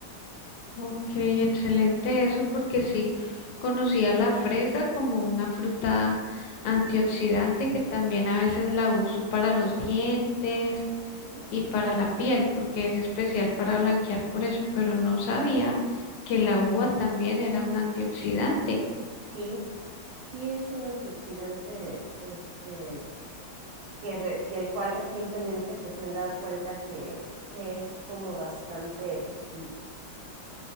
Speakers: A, on the left (about 75°); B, on the right (about 80°).
A: ok, excelente eso porque sí conocía la fresa como una fruta antioxidante que también a veces la uso para los dientes
B: Ujú.
A: y para la piel porque es especial para blanquear por eso, pero no sabía que la uva también era un antioxidante.
B: Sí, sí es un antioxidante este, que re- del cual recientemente pues, se han dado cuenta que, que es como bastante efectivo.